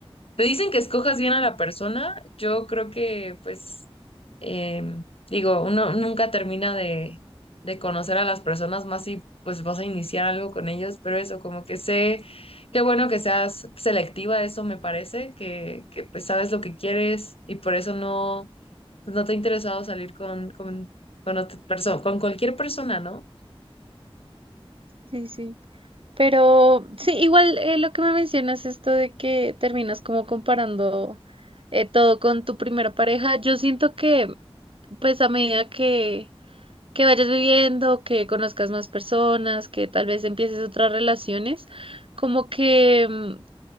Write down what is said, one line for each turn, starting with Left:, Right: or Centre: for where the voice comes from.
Left: te dicen que escojas bien a la persona, yo creo que, pues, em, digo, uno nunca termina de, de conocer a las personas más si, pues, vas a iniciar algo con ellos, pero eso, como que sé, qué bueno que seas selectiva, eso me parece, que, que pues, sabes lo que quieres y por eso no, pues, no te ha interesado salir con, con, con otra perso- con cualquier persona, ¿no?
Right: Sí, sí. Pero sí, igual eh, lo que me mencionas, esto de que terminas como comparando eh, todo con tu primera pareja, yo siento que pues a medida que, que vayas viviendo, que conozcas más personas, que tal vez empieces otras relaciones, como que mm,